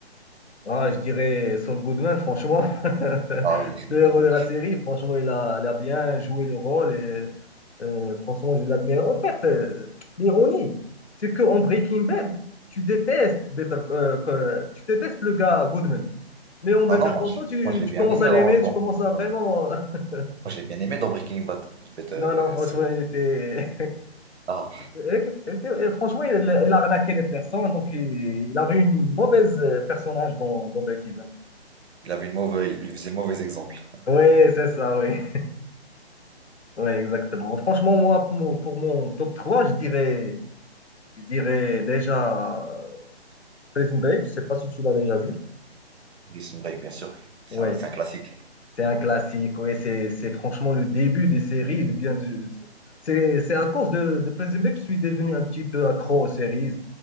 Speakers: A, on the left; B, on the right.
A: Ah, je dirais Saul Goodman, franchement, <laughs>
B: Ah oui. <laughs>
A: le héros de la série, franchement, il a, il a bien joué le rôle et euh, franchement, je l'admire. En fait, euh, l'ironie, c'est qu'en Breaking Bad, tu détestes Better, euh, que- tu détestes le gars Goodman, mais en Better
B: Ah non, moi
A: Call
B: je,
A: Saul, tu,
B: moi, je l'ai
A: tu
B: bien
A: commences
B: aimé
A: à
B: dans,
A: l'aimer,
B: dans
A: tu commences
B: Breaking
A: à vraiment.
B: Bad.
A: <laughs>
B: Moi je l'ai bien aimé dans Breaking Bad. Better
A: Non, non, franchement,
B: Saul.
A: il était,
B: Ah,
A: <laughs> il était- franchement, il, il a arnaqué les personnes, donc il, il avait une mauvaise euh, personnage dans, dans Breaking Bad.
B: il avait une mauvaise, il lui faisait le mauvais exemple.
A: Oui, c'est ça, oui. Ouais, exactement. Franchement, moi, pour mon pour mon top 3 je dirais, je dirais déjà euh, Prison Break. Je sais pas si tu l'as déjà vu.
B: Prison Break, bien sûr. C'est
A: Ouais,
B: un, c'est un classique.
A: c'est un classique. Ouais, c'est, c'est franchement le début des séries. et de Bien, de- c'est, c'est à cause de, de Prison Break que je suis devenu un petit peu accro aux séries.